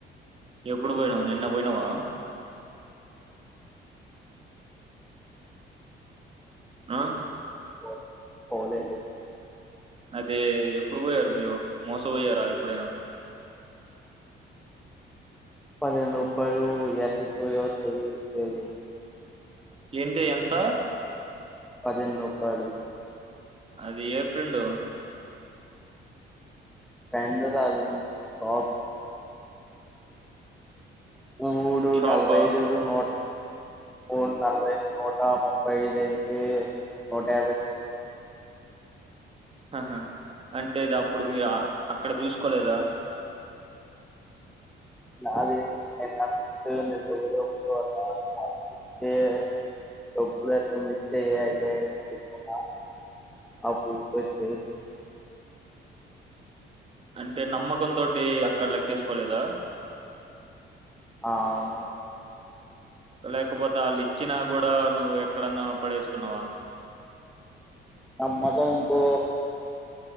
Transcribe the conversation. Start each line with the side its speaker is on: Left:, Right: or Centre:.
Right: ఎప్పుడు పోయినావు నిన్న పోయినావా ఆ
Centre: పో పోలేదు
Right: అదే ఎప్పుడు పోయారు మీరు మోసపోయారా ఎప్పుడైనా
Centre: <inaudible>
Right: ఏంటి ఎంత
Centre: పదిహేను రూపాయలు
Right: అది ఏ ఫ్రెండు
Centre: <inaudible> మూడు
Right: షాపా
Centre: నలభైదు నో మూడు నలభై నూట ముప్పై ఐదుఐతే నూట యబై
Right: ఆహా అంటే ఇది అప్పుడు మీరు అక్కడ చూసుకోలేదా
Centre: <inaudible>
Right: అంటే నమ్మకం తోటి అక్కడ లెక్కేసుకోలేదా
Centre: ఆ అవును
Right: లేకపోతే వాళ్ళు ఇచ్చినా కూడా నువ్వు ఎక్కడన్నా పడేసుకున్నావా
Centre: ఆ నమ్మకంతో